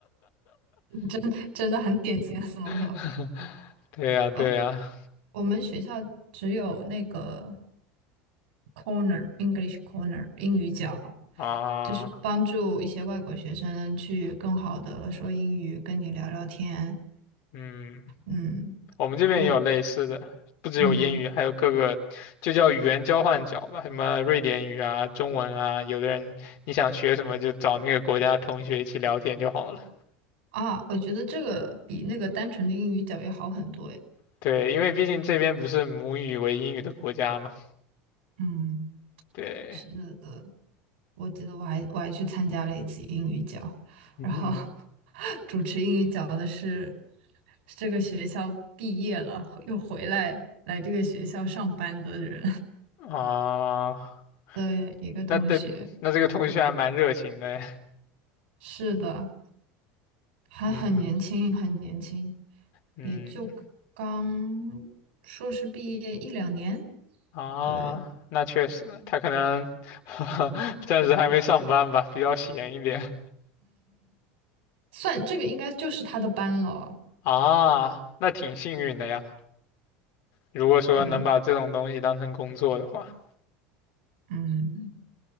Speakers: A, on the right (about 80°); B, on the left (about 60°).
A: <laughs> 真真的很典型的 <laughs> s m o
B: <laughs> 对呀，
A: 呃，
B: 对呀，
A: 我们学校只有那个 corner English corner 英语角，
B: 啊，
A: 就是帮助一些外国学生去更好的说英语，跟你聊聊天。
B: 嗯。
A: 嗯，
B: 我们这边也有类似的，
A: 我
B: 不只有英语，
A: 嗯
B: 还有各个就叫语言交换角吧，什么瑞典语啊、中文啊，有的人你想学什么就找那个国家同学一起聊天就好了。
A: 啊，我觉得这个比那个单纯的英语角要好很多诶。
B: 对，因为毕竟这边不是母语为英语的国家嘛。
A: 嗯，
B: 对，
A: 是的。我记得我还我还去参加了一次英语角，
B: 嗯
A: 然后 <laughs> 主持英语角的是是这个学校毕业了又回来来这个学校上班的人
B: 哼，啊，
A: <laughs> 的一个同学。
B: 那这那这个同学还蛮热情的，
A: 是的，还很年轻，
B: <laughs> 嗯哼，
A: 很年轻，
B: 嗯。
A: 也就刚硕士毕业一两年。
B: 啊，
A: 对，
B: 那确实，他可能 <laughs> 暂时还没上班吧，比较闲一点
A: 算这个应该就是他的班了。
B: 啊，那挺幸运的呀。如果说能把这种东西当成工作的话，
A: 对，嗯，